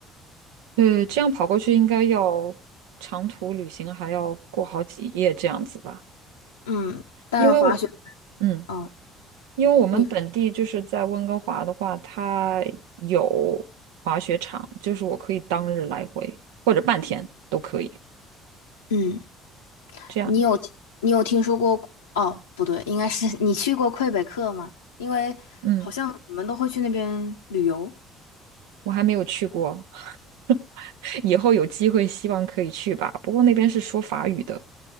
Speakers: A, on the right; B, on the left.
A: 对，这样跑过去应该要长途旅行，还要过好几夜这样子吧？
B: 嗯，但是滑雪，
A: 因为我嗯，
B: 哦，
A: 因为我们本地就是在温哥华的话，
B: 你，
A: 它有滑雪场，就是我可以当日来回或者半天都可以，
B: 嗯，
A: 这样，
B: 你有你有听说过？哦，不对，应该是 <laughs> 你去过魁北克吗？因为好像你们都会去那边旅游。
A: 嗯。我还没有去过，<laughs> 以后有机会希望可以去吧。不过那边是说法语的。